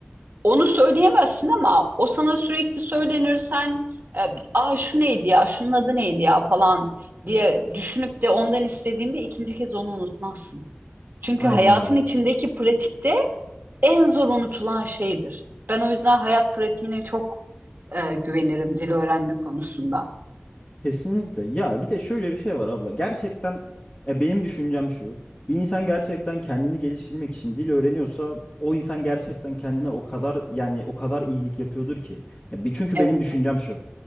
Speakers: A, on the right; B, on the left.
A: onu söyleyemezsin ama o sana sürekli söylenir sen e, aa şu neydi ya şunun adı neydi ya falan diye düşünüp de ondan istediğinde ikinci kez onu unutmazsın. Çünkü
B: Aynen
A: hayatın
B: öyle.
A: içindeki pratikte en zor unutulan şeydir. Ben o yüzden hayat pratiğine çok e, güvenirim dil öğrenme konusunda.
B: Kesinlikle. Ya bir de şöyle bir şey var abla. Gerçekten e, benim düşüncem şu. Bir insan gerçekten kendini geliştirmek için dil öğreniyorsa o insan gerçekten kendine o kadar yani o kadar iyilik yapıyordur ki. Ya, bir- çünkü
A: Evet,
B: benim düşüncem şu.